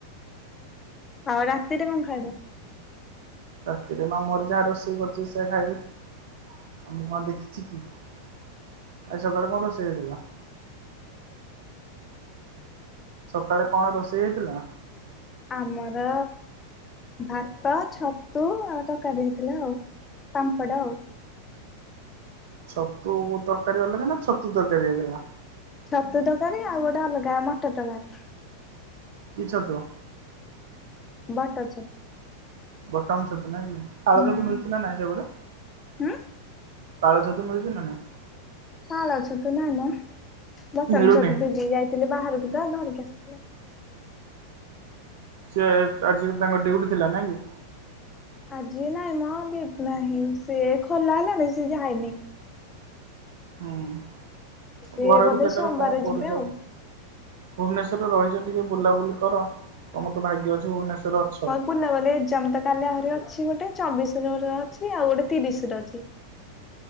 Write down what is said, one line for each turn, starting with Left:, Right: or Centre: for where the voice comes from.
Left: ଆଉ ରାତିରେ କଣ ଖାଇବ?
Right: ରାତିରେ ମାମୁଁଘରେ ଯାହା ରୋଷେଇ କରିଥବେ ସେୟା ଖାଇବି। ଆ ମୁଁ କଣ ଦେଖିଛି କି? ଆଜି ସକାଳେ କଣ ରୋଷେଇ ହେଇଥିଲା।
Left: <inaudible>
Right: ସକାଳେ କଣ ରୋଷେଇ ହେଇଥିଲା?
Left: ଆମର ଭାତ, ଛତୁ ଆଉ ତରକାରୀ ହେଇଥିଲା ଆଉ। ପାମ୍ପଡ଼ ଆଉ।
Right: ଛତୁ, ତରକାରୀ ଅଲଗା ନା ଛତୁ ତରକାରୀ ହେଇଥିଲା?
Left: ଛତୁ ତକାରି ଆଉ ଗୋଟେ ଅଲଗା ମଟର ଟକାରି।
Right: କି ଛତୁ?
Left: ବଟ ଅଛ।
Right: ବଟମ ଛତୁ ନାଇଁ କି? ପାଳଛତୁ
Left: ହୁଁ
Right: ମିଳୁଛି ନା ନାଇଁ ସେପରେ।
Left: ଉଁ
Right: ପାଳ ଛତୁ ମିଳୁଛି ନା ନାହିଁ?
Left: ପାଳ ଛତୁ ନାଇମ, ବଟମ
Right: ମିଳୁନି
Left: ଛତୁ ଦିଦି ଯାଇଥିଲି ବାହାରକୁ ତ ଧରିକି ଆସିଥିଲା।
Right: ସେ ଆଜି ତାଙ୍କ ଡଉଟି ଥିଲା ନାଇ କି?
Left: ଆଜି ନାଇଁ ମ ନାହିଁ ସେ ଖୋଲା ହେଲାଣି ସେ ଯାଇନି।
Right: ହୁଁ
Left: ସେ
Right: ଘର
Left: ବୋଧେ
Right: ଭିତର
Left: ସୋମବାର
Right: ଟାରେ କଣ କରୁଛ।
Left: ଯିବେ ଆଉ।
Right: ଭୁବନେଶ୍ବର ରେ ରହିଛ ଟିକେ ବୁଲାବୁଲି କର ତମର ତ ଭାଗ୍ୟ ଅଛି ଭୁବନେଶ୍ୱରରେ ଅଛ।
Left: ବୁଲାବଲି ଏକ୍ଜାମ୍ ତ କାଲି ଆହୁରି ଅଛି ଗୋଟେ ଚବିଶି ର ର ଅଛି ଆଉ ଗୋଟେ ତିରିଶି ର ଅଛି।